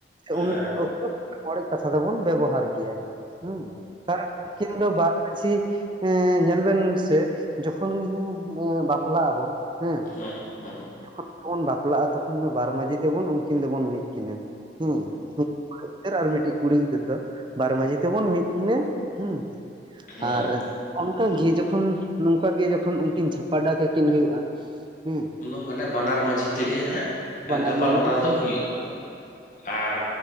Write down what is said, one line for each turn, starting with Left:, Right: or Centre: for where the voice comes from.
Right: ᱥᱮ ᱩᱱ
Left: ᱦᱮᱸ ᱦᱮᱸ
Right: ᱚᱠᱛᱚ ᱚᱲᱮᱡ ᱠᱟᱛᱷᱟ ᱫᱚᱵᱚᱱ ᱵᱮᱵᱚᱦᱟᱨ ᱜᱤᱭᱟ᱾ ᱦᱩᱸ ᱠᱟᱨᱚᱱ ᱩᱱᱠᱤᱱ ᱫᱚ ᱵᱟᱨ ᱢᱟᱺᱡᱷᱤ ᱮᱸ ᱧᱮᱞ ᱵᱮᱱ ᱥᱮ ᱡᱚᱠᱷᱚᱱ ᱜᱮ ᱵᱟᱯᱞᱟᱜ ᱟᱵᱚᱱ ᱦᱮᱸ
Left: <unintelligible>
Right: ᱡᱚᱠᱷᱚᱱ ᱜᱮᱵᱚᱱ ᱵᱟᱯᱞᱟᱜᱼᱟ ᱛᱚᱠᱷᱚᱱ ᱫᱚ ᱵᱟᱨ ᱢᱟᱺᱡᱷᱤ ᱛᱮᱵᱚᱱ ᱩᱱᱠᱤᱱ ᱫᱚᱵᱚᱱ ᱢᱤᱜ ᱠᱤᱱᱟᱹ ᱦᱮᱸ᱾ ᱜᱤᱫᱽᱟᱹᱨ ᱟᱨ ᱢᱤᱫᱴᱤᱡ ᱠᱩᱲᱤ ᱜᱤᱫᱽᱟᱹᱨ ᱫᱚ ᱵᱟᱨ ᱢᱟᱺᱡᱷᱤ ᱛᱮᱵᱚᱱ ᱢᱤᱫ ᱠᱤᱱᱟᱹ ᱦᱩᱸ,
Left: ᱦᱮᱸ
Right: ᱟᱨ ᱚᱱᱠᱟᱜᱤ ᱡᱚᱠᱷᱚᱱ ᱱᱚᱝᱠᱟ ᱜᱮ ᱡᱚᱠᱷᱚᱱ ᱩᱱᱠᱤᱱ ᱪᱷᱟᱯᱟᱰᱟ ᱠᱟᱠᱤᱱ ᱦᱩᱭᱩᱜᱼᱟ ᱦᱩᱸ,
Left: ᱩᱱᱫᱚ ᱢᱟᱱᱮ ᱵᱟᱱᱟᱨ ᱢᱟᱺᱡᱷᱤ ᱛᱮᱜᱮ ᱦᱟᱸᱜ
Right: ᱵᱟᱱᱟᱨ
Left: ᱜᱟᱯᱟᱞᱢᱟᱨᱟᱣ
Right: ᱢᱟᱺᱡᱷᱤ ᱛᱮ
Left: ᱫᱚ ᱦᱩᱭᱩᱜᱼᱟ᱾ ᱟᱨ